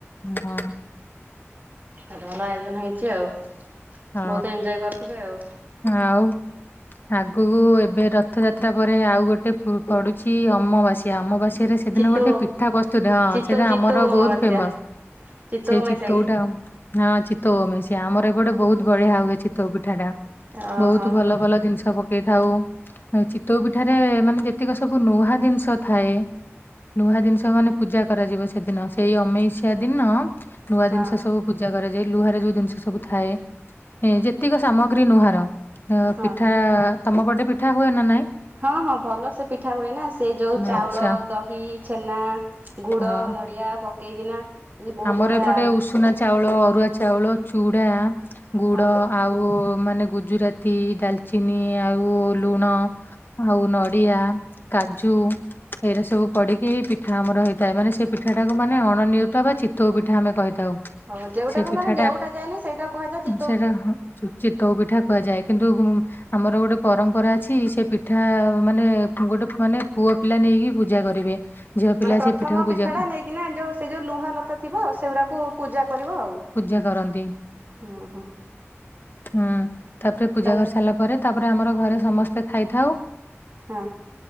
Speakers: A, on the left (about 45°); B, on the right (about 40°).
A: ହଁ
B: ଗୋଟେ ଭଲ ଆୟୋଜନ ହୋଇଛି ଆଉ
A: ହଁ
B: ବହୁତ ଏଞ୍ଜୟ କରିଥିବେ ଆଉ।
A: ଆଉ ଆଗକୁ ଏବେ ର ରଥଯାତ୍ରା ପରେ ଆଉ ଗୋଟେ ପ-ପଡୁଛି ଅମବାସ୍ୟା ଅମବାସ୍ୟା। ସେ ସେଦିନ
B: ଚିତଉ
A: ଗୋଟେ ପିଠା ପ୍ରସ୍ତୁତି ହଁ,
B: ଚିତଉ
A: ସେଇଟା
B: ଚିତଉ
A: ଆମର
B: ଅମାବାସ୍ୟା
A: ବହୁତ ଫେମସ।
B: ଚିତଉ
A: ସେ
B: ଅମାବାସ୍ୟା
A: ଚିତଉଟା
B: କି?
A: ହଁ ଚିତତଉ ଅମାବାସ୍ୟା ଆମର ଏପଟେ ବହୁତ ବଢିଆ ହୁଏ ଚିତଉ ପିଠା ଟା।
B: ଓହୋ
A: ବହୁତ
B: ହଁ
A: ଭଲ ଭଲ ଜିନିଷ ପକେଇଥାଉ, ଚିତଉ ପି ଏଠାରେ ମାନେ ଯେତିକ ସବୁ ନୂହା ଜିନିଷ ଥାଏ ନୂହା ଜିନିଷ ମାନେ ପୂଜା କରାଯିବ ସେଦିନ, ସେଇ ଅମେଇଷିଆ ଦିନ ନୂଆ
B: ହଁ
A: ଜିନିଷ ସବୁ ପୂଜା କରାଯାଏ, ଲୁହାରେ ଯୋଉ ଜିନିଷ ସବୁ ଥାଏ। ଏ ଯେତିକ ସାମଗ୍ରୀ ନୁହାର, ଅ,
B: ହଁ
A: ପିଠା
B: ହଁ।
A: ତମ ପଟେ ପିଠା ହୁଏ ନା ନାଇଁ?
B: ହଁ ହଁ ଭଲ ସେ ପିଠା ହୁଏ ନା, ସେ ଯୋଉ ଚାଉଳ,
A: ଆଚ୍ଛା
B: ଦହି, ଛେନା, ଗୁଡ।
A: ହଁ
B: ନଡିଆ ପକେଇକିନା ସେ ଯ ବହୁତ
A: ଆମର
B: ବଢିଆ
A: ଏପଟେ ଉଷୁନା ଚାଉଳ ଅରୁଆ ଚାଉଳ, ଚୁଡ଼ା, ଗୁଡ଼
B: ହଁ ହଁ
A: ଆଉ- ମାନେ ଗୁଜୁରାତି, ଡାଲଚିନି ଆଉ ଲୁଣ ଆଉ ନଡ଼ିଆ। କାଜୁ, ଏଇରା ସବୁ ପଡିକି ପିଠା ଆମର ହେଇଥାଏ ମାନେ, ସେ ପିଠାଟାକୁ ମାନେ ଅଣ ନେଉଟା ବା ଚିତ ଚିତଉ ପିଠା ଆମେ କହିଥାଉ।
B: ହଉ ଯୋଉଟାକୁ
A: ସେ ପିଠା
B: ମାନେ
A: ଟା
B: ନେଉଟା ଯାଏନି ସେଇଟା କୁହାଯାଏ ଚି
A: ସେଟା ଚି ଚିତଉ ପିଠା କୁହାଯାଏ କିନ୍ତୁ ଆମର ଗୋଟେ ପ ପରମ୍ପରା ଅଛି ସେ ପିଠା ମାନେ ଗୋଟେ ମାନେ ପୁଅ ପିଲା ନେଇକି ପୂଜା କରିବେ। ଝିଅ ପିଲା
B: ମାନେ ପ୍ରଥମ
A: ସେ ପିଠାକୁ
B: ପିଠା
A: ପୂଜା
B: ଟା ନେଇକିନା ଯୋଉ ସେ ଯୋଉ ଲୁହା ଲତା ଥିବ ସେଗୁରାକୁ ପୂଜା କରିବ ଆଉ।
A: ଜା କରନ୍ତି।
B: ଓ ହୋ।
A: ହୁଁ ତାପରେ ପୂଜା
B: ତାହେଲେ
A: କରି ସାରିଲା ପରେ ତାପରେ ଆମର ଘରେ ସମସ୍ତେ ଖାଇଥାଉ।
B: ହଁ